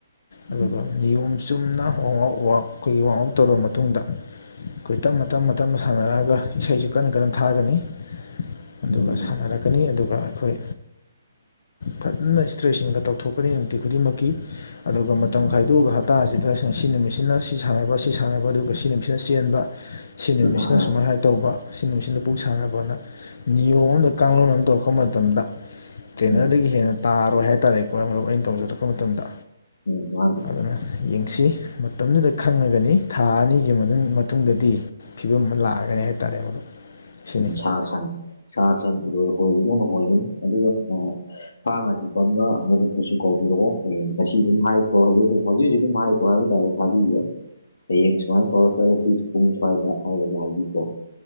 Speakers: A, on the left; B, on the left.
A: ꯑꯗꯨꯒ
B: ꯎꯝ ꯎꯝ
A: ꯅꯤꯌꯣꯝ ꯆꯨꯝꯅ ꯋꯥ ꯑꯥꯎꯠ ꯑꯩꯈꯣꯏꯒꯤ ꯋꯥꯡ ꯑꯥꯎꯠ ꯇꯧꯔꯕ ꯃꯇꯨꯡꯗ ꯑꯩꯈꯣꯏ ꯇꯞꯅ ꯇꯞꯅ ꯇꯞꯅ ꯁꯥꯟꯅꯔꯛꯑꯒ ꯏꯁꯩꯁꯨ ꯀꯟꯅ ꯀꯟꯅ ꯊꯥꯒꯅꯤ ꯑꯗꯨꯒ
B: ꯎꯝ
A: ꯁꯥꯟꯅꯔꯛꯀꯅꯤ ꯑꯗꯨꯒ ꯑꯩꯈꯣꯏ ꯐꯖꯅ ꯇ꯭ꯔꯦꯁꯤꯡꯒ ꯇꯧꯊꯣꯛꯀꯅꯤ ꯅꯨꯡꯇꯤ ꯈꯨꯗꯤꯡꯃꯛꯀꯤ ꯑꯗꯨꯒ ꯃꯇꯝ
B: ꯎꯝ
A: ꯑꯗꯨꯒ ꯍꯞꯇꯥꯁꯤꯗ ꯁꯤ ꯅꯨꯃꯤꯠꯁꯤꯅ ꯁꯤ ꯁꯥꯟꯅꯕ ꯁꯤ ꯁꯥꯟꯅꯕ ꯑꯗꯨꯒ ꯁꯤ ꯅꯨꯃꯤꯠꯁꯤꯅ ꯆꯦꯟꯕ ꯁꯤꯅꯦꯃꯤꯁꯤꯅ
B: ꯑꯍꯥ
A: ꯁꯨꯥꯏ ꯍꯥꯏꯦ ꯇꯧꯕ ꯁꯤ ꯅꯨꯡꯁꯤꯅ ꯄꯨꯛ ꯁꯥꯟꯅꯔꯄꯅ ꯅꯤꯌꯣꯝ ꯑꯃꯝꯗ ꯀꯥꯡꯂꯣꯟ ꯑꯃ ꯇꯧꯔꯛꯄ ꯃꯇꯝꯗ ꯇꯦꯅꯔꯗꯒꯤ
B: ꯎꯝ
A: ꯍꯦꯟꯅ ꯇꯥꯔꯣꯏ ꯍꯥꯏꯇꯥꯔꯦꯀꯣ ꯃꯔꯨꯞ ꯑꯩꯅ ꯇꯧꯖꯔꯛꯄ ꯃꯇꯝꯗ
B: ꯎꯝ ꯃꯥꯗꯤ
A: ꯑꯗꯨꯅ ꯌꯦꯡꯁꯤ ꯃꯇꯝꯗꯨꯗ ꯈꯪꯉꯒꯅꯤ ꯊꯥ ꯑꯅꯤꯒꯤ ꯃꯇꯨꯡꯗꯗꯤ ꯐꯤꯕꯝ ꯑꯃ ꯂꯥꯛꯑꯒꯅꯤ ꯍꯥꯏꯇꯥꯔꯦ ꯃꯗꯨ ꯁꯤꯅꯤ
B: ꯎ ꯁꯥ ꯁꯟ ꯁꯥ ꯁꯟ ꯏꯔꯣꯏ ꯍꯣꯏꯕꯗꯧꯅꯉꯣꯏꯒꯅꯤ ꯑꯗꯨꯒ ꯐꯔꯝꯃꯥꯁꯤ ꯐꯝꯕ ꯃꯔꯨꯞ ꯀꯁꯨ ꯀꯧꯕꯤꯔꯛꯑꯣ ꯍꯌꯦꯡ ꯉꯁꯤ ꯑꯗꯨꯝ ꯍꯥꯏꯈ꯭ꯔꯣ ꯍꯧꯖꯤ ꯑꯗꯨꯝ ꯍꯧꯖꯤꯛ ꯍꯧꯖꯤꯛ ꯑꯗꯨꯝ ꯍꯥꯏꯈ꯭ꯔꯣ ꯍꯥꯏꯕ ꯇꯥꯔꯦ ꯊꯥꯕꯤꯦ ꯍꯌꯦꯡ ꯁꯨꯃꯥꯏꯅ ꯐꯧꯔ ꯆꯠꯂꯒ ꯁꯤ ꯄꯨꯡ ꯁ꯭ꯋꯥꯏꯗ ꯍꯥꯏꯔꯒ ꯍꯥꯏꯕꯤꯀꯣ